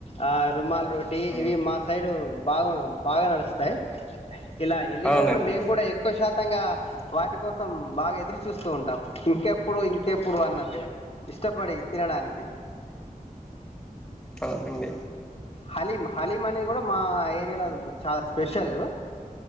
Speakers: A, on the left; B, in the centre.
A: ఆ రుమాల్ రోటీ
B: ఆ,
A: ఇవి మా సైడు బాగా బాగా నడుస్తాయి ఇలా వెళ్ళినప్పుడు
B: అవునండి
A: మేము కూడా ఎక్కువ శాతంగా వాటి కోసం బాగా ఎదురు చూస్తూ ఉంటాం ఇంకెప్పుడు ఇంకెప్పుడు అన్నట్టుగా ఇష్టపడి తినడానికి
B: అవునండి
A: హలీం హలీం అనేది కూడా మా ఏరియాలో చాలా స్పెషల్